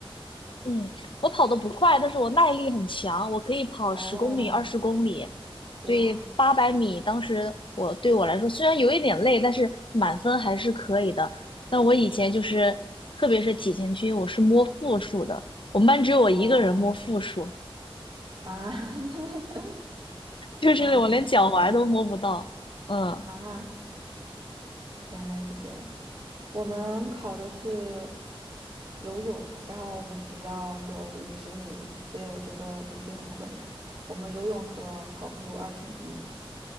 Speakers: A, on the left; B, on the right.
A: 嗯，我跑得不快，但是我耐力很强，我可以跑十公里、
B: 哦，
A: 二十公里，
B: 哇，
A: 所以八百米当时我对我来说虽然有一点累，但是满分还是可以的。但我以前就是，特别是体前区，我是摸负数的，我们班只有我一个人摸负数，
B: 哦啊，<laughs>
A: <laughs> 就是我连脚踝都摸不到。
B: 哦，这样
A: 嗯，
B: 啊，原来是这样。我们考的是游泳，然后我们只要有五十米，所以我觉得不是很困难。我们游泳和跑步二选一，